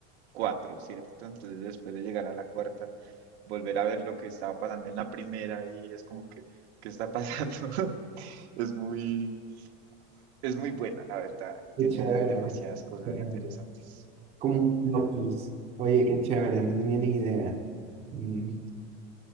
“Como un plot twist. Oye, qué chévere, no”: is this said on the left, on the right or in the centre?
Right